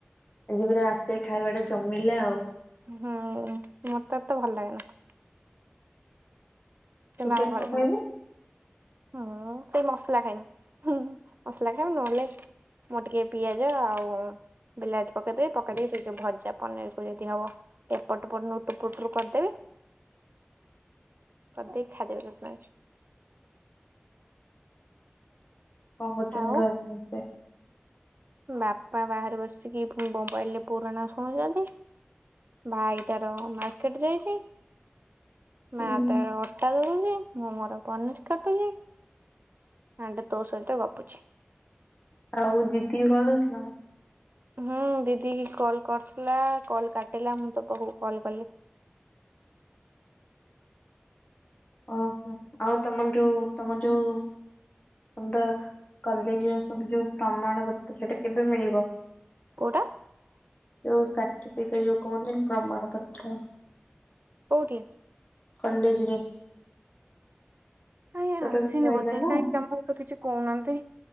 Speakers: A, on the left (about 40°); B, on the right (about 55°).
A: ଆଜି ପୁରା ରାତିରେ ଖାଇବା ଟା ଜମିଲା ଆଉ
B: ହୁଁ ମତେ ଏ ତ ଭଲ ଲାଗେନା କିନ୍ତୁ
A: ତୁ ଫେରେ
B: ଆମ
A: କଣ
B: ଘରେ
A: ଖାଇବୁ
B: ସମସ୍ତେ ମୁଁ ସେଇ ମସଲା ଖାଇମି ହୁ ମସଲା ଖାଇମି ନହେଲେ ମୁଁ ଟିକେ ପିଆଜ ଆଉ ବିଲାତି ପକେଇଦବି ପକେଇଦେଇକି ସେ ଯୋଉ ଭଜା ପନିର କୁ ଯଦି ହବ। ଏପଟପଟ ନୁ ଟୁ ପୁଟୁରୁ କରିଦେବେ। କରି ଦେଇକି ଖାଇଦେବେ <unintelligible>
A: କଣ କରୁଛନ୍ତି
B: ଆଉ
A: ଘରେ ସମସ୍ତେ?
B: ବାପା ବାହାରେ ବସିକି ବୋବାଇଲ ରେ ପୁରାଣ ଶୁଣୁଛନ୍ତି। ଭାଇ ତାର ମାର୍କଟେ ଯାଇଛି ମା
A: ହୁଁ
B: ତାର ଅ ଟା ଦଉଛି ମୁଁ ମୋର ପନିର କାଟୁଛି ଆଣ୍ଡ ତୋ ସହିତ ଗପୁଛି।
A: ଆଉ ଦିଦି କି କଲ କରିଥିଲ ନା।
B: ହୁଁ ଦିଦି କି କଲ୍ କରିଥିଲା କଲ୍ କାଟିଲା ମୁଁ ତ ପାଖକୁ କଲ୍ କଲି।
A: ଓହୋ ଆଉ ତମର ଯୋଉ ତମ ଯୋଉ କାଲି ସବୁ ଯୋଉ ପ୍ରମାଣ ପତ୍ର ସେଇଟା କେବେ ମିଳିବ?
B: କଉଁଟା?
A: ଯଉ ସାର୍ଟିଫିକେଟ ଯୋଉ କହୁ ନା ପ୍ରମାଣ ପତ୍ର।
B: କଉଠି?
A: କଲେଜ ରେ।
B: କାଇଁ
A: ତୋର
B: ଆସିନି
A: ବି ସଇଲା
B: ବୋଧେ
A: ନା?
B: କାହିଁ <unintelligible> ତ କିଛି କହୁନାହାନ୍ତି